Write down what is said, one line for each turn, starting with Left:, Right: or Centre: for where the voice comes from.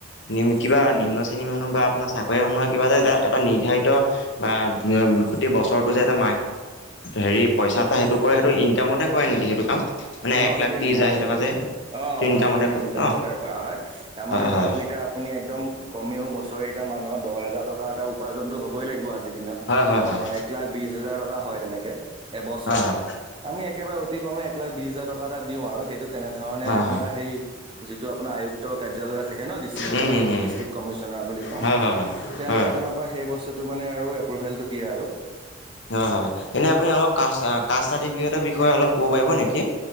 Left: নিম কিবা
Right: উম
Left: নিম্ন শ্ৰেণী মানুহ বা আপোনা চাকৰি মানুহৰ কিবা যে এ এটা নিৰ্ধাৰিত বা গোটেই বছৰটো যে এটা হেৰি পইচা এটা সেইটো কৰে সেইটো ইনকামতে কৰে নেকি সেইটো কাম। মানে
Right: অ
Left: এক
Right: সেইটো
Left: লাখ ত্ৰিছ
Right: ইনকামতে
Left: হাজাৰ সেনেকুৱা
Right: কয়,
Left: যে
Right: অ
Left: ইনকামতে
Right: সেইটো
Left: কৰে
Right: ইনকামতে
Left: ন
Right: কৰা হয়। তাৰমানে
Left: হয় হয়
Right: ধৰক এতিয়া আপুনি একদম কমেও বছৰে এতিয়া মানুহৰ দহ হোজাৰ টকা এটা উপাৰ্জনতো হ'বই লাগিব। আজিৰ দিনত
Left: হয় হয়
Right: নহয়,
Left: হয়
Right: এক লাখ বিশ হাজাৰ টকা হয় তেনেকে এবছৰত
Left: হয় হয়
Right: আমি একেবাৰে অতি কমেও একলাখ বিশ হাজাৰ টকা এটা দিও আৰু সেইটো তেনেধৰণে
Left: হয়
Right: আপোনাৰ
Left: হয়
Right: সেই যিটো আপোনাৰ আয়ুক্ত কাৰ্যালয়ে থাকে ন ডিচ- টিউচ
Left: উম
Right: টো
Left: উম
Right: আমি
Left: উম
Right: দিছটিক কমিছনাৰ বুলি কও,
Left: হয় হয় হয়
Right: তেওঁলোকে
Left: হয়
Right: টানব সেই বস্তুতটো মানে আৰু এপ্ৰোভেলটো দিয়ে আৰু।
Left: হয় হয় এনে আপুনি অলপ কাষ্ট কাষ্ট চাৰ্টিফিকেটৰ বিষয়ে অলপ ক'ব পাৰিব নেকি?